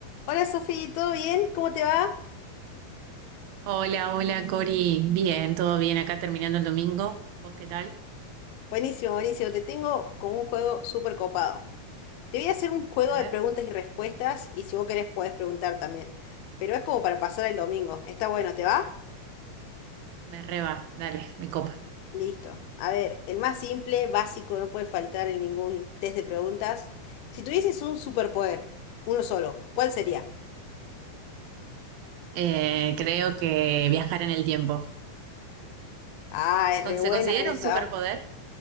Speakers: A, on the left; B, on the right.
A: Hola Sofi, ¿todo bien? ¿Cómo te va?
B: Hola, hola Cori. Bien, todo bien. Acá terminando el domingo. ¿Vos qué tal?
A: Buenísimo, buenísimo. Te tengo como un juego súper copado. Te voy a hacer un juego
B: A ver,
A: de preguntas y respuestas y si vos querés podés preguntar también. Pero es como para pasar el domingo. Está bueno, ¿te va?
B: me reba. Dale, me copa.
A: Listo. A ver, el más simple, básico, no puede faltar en ningún test de preguntas. Si tuvieses un superpoder, uno solo, ¿cuál sería?
B: Eh, creo que viajar en el tiempo.
A: Ah, es
B: Con-
A: re
B: ¿Se
A: buena
B: considera
A: esa.
B: un superpoder?